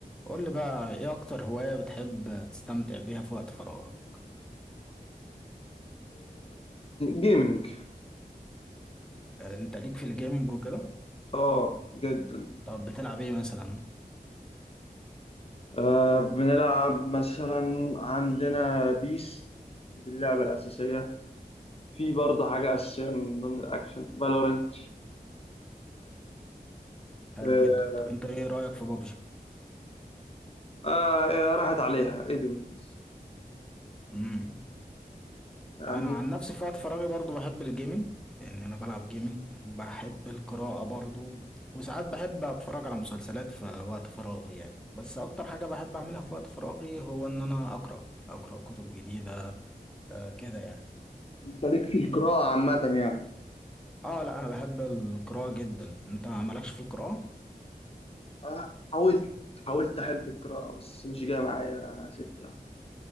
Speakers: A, in the centre; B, on the left (about 40°).
A: قول لي بقى ايه اكتر هواية بتحب تستمتع بيها في وقت فراغك
B: جيمنج
A: يعني انت ليك في الجيمنج وكده
B: اه جدا
A: طب بتلعب ايه مثلا
B: آه بنلعب مثلا عندنا بيس دي اللعبة الأساسية في برضه حاجة أساسية من ضمن الأكشن فالورنت
A: حلو
B: آه,
A: جدا طب انت ايه رأيك في بابجي
B: آه راحت عليها قدمت
A: امم
B: يعني
A: انا عن نفسي في وقت فراغي برضو بحب الجيمنج يعني انا بلعب جيمنج بحب القراءة برضو وساعات بحب اتفرج على مسلسلات في وقت فراغي يعني بس اكتر حاجة بحب اعملها في وقت فراغي هو ان انا اقرأ اقرأ كتب جديدة آه كده يعني
B: أنت ليك في القراءة عامة يعني
A: اه لا انا بحب القراءة جدا انت مالكش في القراءة
B: آه حاولت حاولت أحب القراءة بس مش جاية معايا سكة